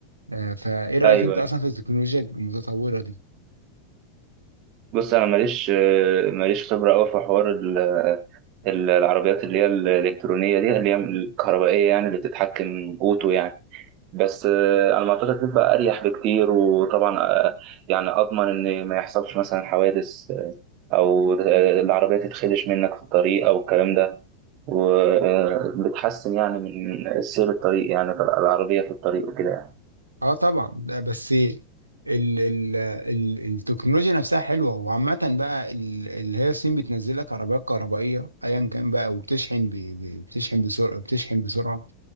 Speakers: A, on the right (about 80°); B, on the right (about 40°).
A: آه، فايه رايك
B: ايوه
A: انت اصلا في التكنولوجيا المتطوره دي
B: بص انا ماليش ماليش خبره قوي في حوار ال- ال- العربيات اللي هي الالكترونيه دي اللي هي الكهربائيه يعني اللي بتتحكم اوتو يعني بس آه، على ما اعتقد بتبقى اريح بكتير وطبعا آه، يعني اضمن ان ما يحصلش مثلا حوادث آه، او آه، العربيه تتخدش منك في الطريق او الكلام ده وبتحسن يعني من سير الطريق يعني العربيه في الطريق وكده يعني.
A: اه طبعا ده بس ال ال ال التكنولوجيا نفسها حلوه وعامه بقى ال- اللي هي الصين بتنزل لك عربيات كهربائيه ايا كان بقى وبتشحن ب- ب- بتشحن بسرعه بتشحن بسرعه